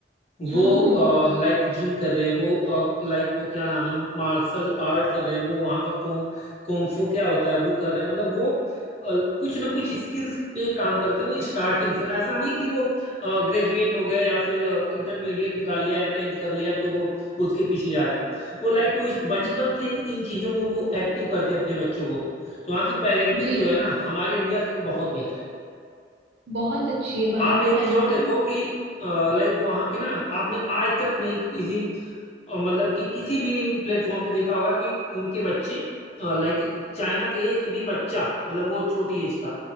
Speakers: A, on the right; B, on the left.
A: हाँ
B: वो लाइक जिम कर रहे हैं वो लाइक वो क्या नाम है मार्शल आर्ट कर रहे हैं वो वहाँ का कुंग कुंफू क्या होता है वो कर रहे हैं मतलब वो अ, कुछ ना कुछ स्किल्स पे काम करते हैं वो स्टार्टिंग से ऐसा नहीं कि वो ग्रेजुएट हो गए या फिर इंटरमीडिएट निकाल लिया या टेंथ कर लिया तो वो उसके पीछे जा रहे हैं वो लाइक वो इस- बचपन
A: जी
B: से ही इन चीज़ों में वो एक्टिव करते हैं अपने बच्चों को तो वहाँ की पेरेंटिंग
A: जी
B: जो है ना हमारे इंडिया से तो बहुत बेहतर है
A: बहुत अच्छी है बाहर
B: आप एक
A: की
B: चीज़
A: पेरेंटिंग
B: और देखो कि लाइक वहाँ के ना आपने आज तक नहीं किसी और मतलब कि किसी भी प्लेटफॉर्म पे देखा होगा कि उनके बच्चे लाइक चाइना का एक भी बच्चा मतलब वो छोटी एज का